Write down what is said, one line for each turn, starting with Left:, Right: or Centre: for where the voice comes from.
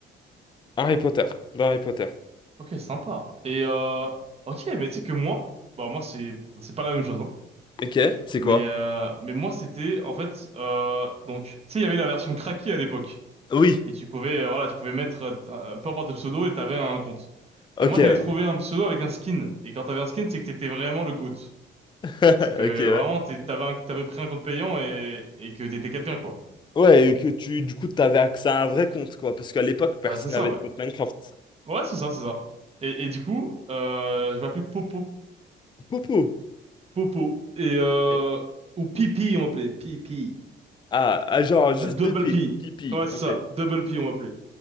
Left: Harry Potter, dans Harry Potter.
Right: Ok, sympa. Et, euh, ok, mais tu sais que moi, bah, moi, c'est, c'est pas la même chose, hein.
Left: Ok, c'est
Right: Mais,
Left: quoi?
Right: euh, mais moi, c'était, en fait, euh, donc, tu sais, il y avait la version craquée à l'époque.
Left: Oui,
Right: Et tu pouvais, euh, voilà, tu pouvais mettre, euh, peu importe le pseudo et t'avais un compte.
Left: ok,
Right: Et moi,
Left: ouais.
Right: j'avais trouvé un pseudo avec un skin. Et quand t'avais un skin, c'est que t'étais vraiment le GOAT.
Left: <laughs>
Right: C'est que
Left: Ok, ouais.
Right: vraiment, t'es- t'avais un- t'avais pris un compte payant et, et que t'étais quelqu'un, quoi.
Left: Ouais, et que tu, du coup, t'avais accès à un vrai compte, quoi, parce qu'à l'époque, personne
Right: Bah, c'est ça,
Left: n'avait
Right: ouais.
Left: de compte Minecraft.
Right: Ouais, c'est ça, c'est ça. Et, et du coup, euh, je m'appelais Popo.
Left: Popo!
Right: Popo. Et, euh,
Left: Ok.
Right: ou Pipi, on m'appelait. Pipi.
Left: Ah, ah, genre, juste
Right: Double
Left: deux pi,
Right: P.
Left: pipi,
Right: Ouais, c'est
Left: ok.
Right: ça. Double P, on m'appelait.